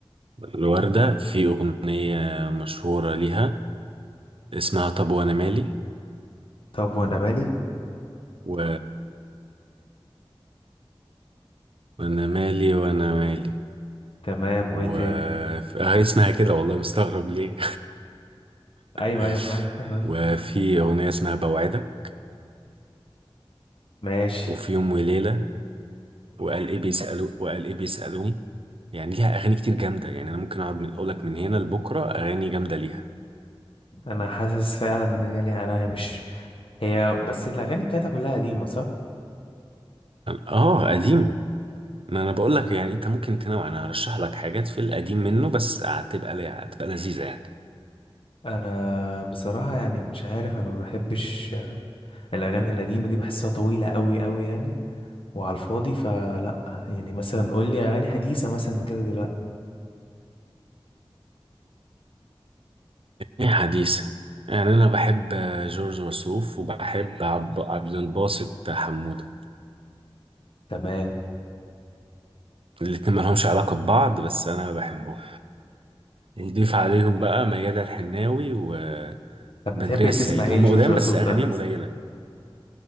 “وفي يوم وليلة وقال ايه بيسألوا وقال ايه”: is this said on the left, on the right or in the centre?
Right